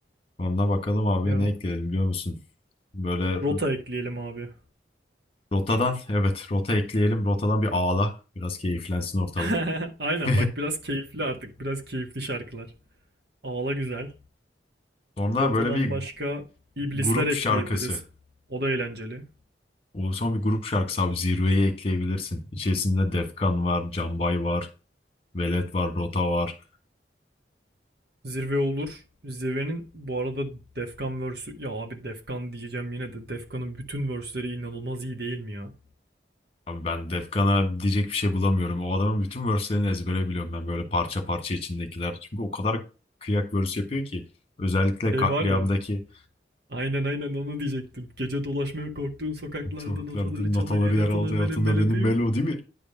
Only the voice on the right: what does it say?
Ya
rota ekleyelim abi.
<laughs> Aynen
bak biraz keyifli artık. Biraz keyifli şarkılar. Ağla güzel.
Rotadan
başka iblisler
ekleyebiliriz.
O da eğlenceli.
Zirve olur. Zirvenin bu arada Defkan verse'ü ya abi Defkan diyeceğim yine de Defkan'ın bütün verse'leri inanılmaz iyi değil mi ya?
Şey
var ya. Aynen aynen onu diyecektim. Gece dolaşmaya korktuğun sokaklarda
notaları
çalar yere
atılan
benim
melodi
mi?